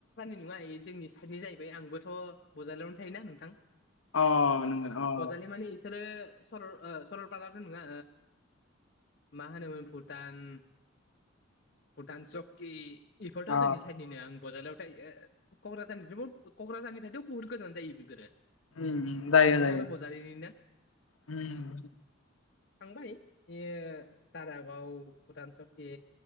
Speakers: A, on the left; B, on the left.
A: <unintelligible> जोंनि बेंखनो जाहै आबोथ' बड'लेण्डआवनो थायोना नोंथां।
B: अ नंगौ
A: अ गजालि माने इसोरो सरल सरलपाराथ' नङा मा होनोमोन भुटान भुटान चकि बेफोरथ'
B: अ
A: जोंनि साइडनिनो आं बजालियाव थायो' क'क्राझारनि क'क्राझारनिफ्रायथ' बहुत गोजान जायो बेफोरो
B: उम उम जायो
A: जोंबोथ'
B: जायो
A: आरो बजालिनिनो
B: उम
A: थांबाय बेयो दारागाव भुटान सके